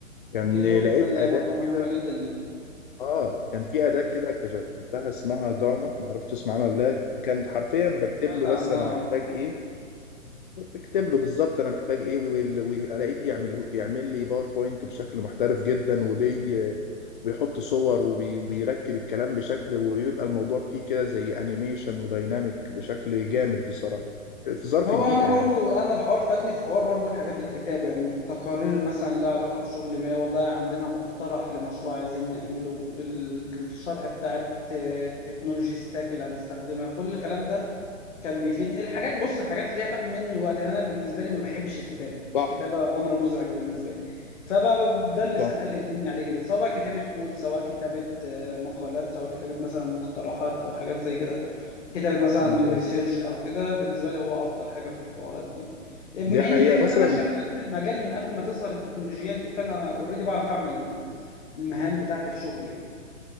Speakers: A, on the left; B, on the left.
A: يعني
B: دي نقطه
A: لقيت
B: تانية
A: اداه
B: برضو مهمه
A: كده
B: جدا يعني
A: اه كان في اداه كده اكتشفتها اسمها جاما ما اعرفش تسمع عنها ولا لا كانت حرفيا بكتب
B: سمعت
A: له
B: عنها
A: بس انا محتاج
B: آه.
A: ايه بكتب له بالظبط انا محتاج ايه وال- والاقيه بيعمل بيعمل لي باوربوينت بشكل محترف جدا وبي بيحط صور وبي- وبيركب الكلام بشكل وبيبقى الموضوع فيه كده زي انيميشن وديناميك بشكل جامد بصراحة في ظرف
B: هو
A: دقيقة
B: انا برضو
A: يعني
B: انا الحوار فادني في حوار برضو الحاجات الكتابة يعني تقارير مثلا لها علاقة بشغل ما والله عندنا مقترح لمشروع عايزين نعمله ال- الشرح بتاع التكنولوجي ستاك اللي هنستخدمها كل الكلام ده كان بيفيدني الحاجات بص الحاجات اللي هي هتاخد مني وقت يعني انا بالنسبة لي ما بحبش الكتابة
A: صح
B: الكتابة امر مزعج بالنسبة لي فبقى ده اللي
A: صح
B: سهل لي الدنيا عليه جدا سواء بقى كتابة كود سواء كتابة آه، مقالات سواء كتابة مثلا مقترحات او حاجات زي كده كتابة مثلا
A: بالظبط
B: ريسيرش أو كده بالنسبة لي هو أفضل حاجة في الحوارات دي يعني. يعني
A: دي
B: بما
A: حقيقة
B: إن كده كده
A: مثلا
B: أنا شغال في المجال من قبل ما تظهر التكنولوجيات دي فأنا أوريدي بعرف أعمل المهام بتاعتي في شغلي يعني